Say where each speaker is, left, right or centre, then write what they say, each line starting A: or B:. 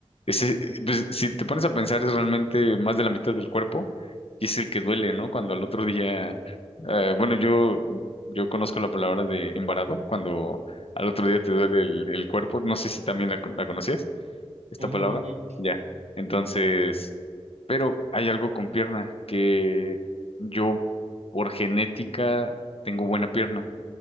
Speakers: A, on the left; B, on the right.
A: ese- eh, pues, si te pones a pensar es realmente más de la mitad del cuerpo y es el que duele, ¿no? Cuando al otro día, eh, bueno, yo, yo conozco la palabra de embarado, cuando al otro día te duele el, el cuerpo, no sé si también la, la conocías, esta
B: Ujú,
A: palabra.
B: ujú, ujú.
A: Ya. Entonces... Pero hay algo con pierna, que yo por genética tengo buena pierna.